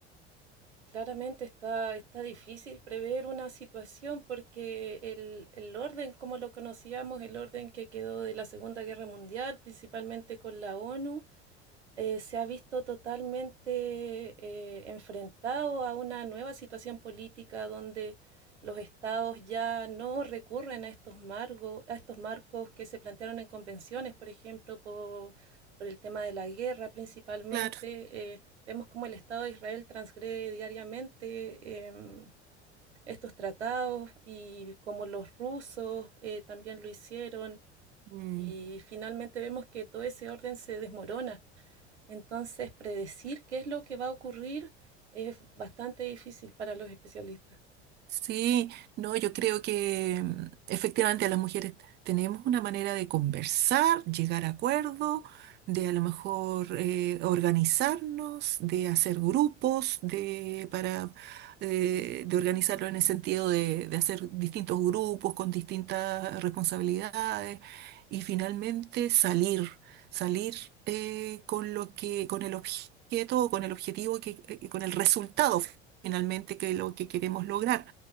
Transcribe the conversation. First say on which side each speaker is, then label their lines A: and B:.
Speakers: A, on the right; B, on the right.
A: Claramente está, está difícil prever una situación porque el, el orden, como lo conocíamos, el orden que quedó de la Segunda Guerra Mundial, principalmente con la ONU, eh, se ha visto totalmente eh, enfrentado a una nueva situación política donde los estados ya no recurren a estos margos, a estos marcos que se plantearon en convenciones, por ejemplo, por, por el tema de la guerra principalmente.
B: Claro.
A: eh, vemos cómo el Estado de Israel transgrede diariamente em, estos tratados y como los rusos eh, también lo hicieron.
B: Mm.
A: Y finalmente vemos que todo ese orden se desmorona. Entonces, predecir qué es lo que va a ocurrir es bastante difícil para los especialistas.
B: Sí, no, yo creo que mm, efectivamente las mujeres tenemos una manera de conversar, llegar a acuerdos, de a lo mejor eh, organizarnos, de hacer grupos, de para eh, de organizarlo en el sentido de, de hacer distintos grupos con distintas responsabilidades y finalmente salir, salir eh, con lo que, con el objeto, con el objetivo que, eh, con el resultado finalmente que lo que queremos lograr